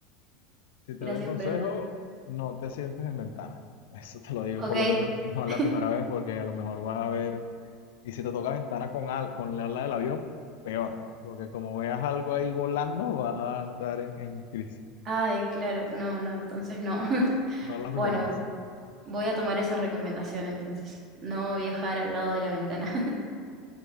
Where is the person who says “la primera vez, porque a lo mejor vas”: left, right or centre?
Left